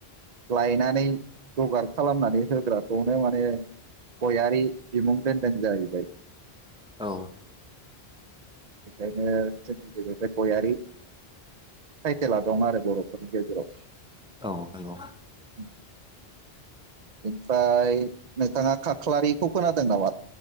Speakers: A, on the right (about 50°); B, in the centre.
A: लायनानै जगार खालामनानै होग्राखौनो माने गयारि बिमुं दोनदोंजाहैबाय
B: औ
A: बेखायनो जोंनि गेजेरजों गयारि टाइटेला दं आरो बर'फोरनि गेजेराव
B: औ नंगौ
A: ओमफ्राय नोंथाङा खाख्लारिखौ खोनादों नामा?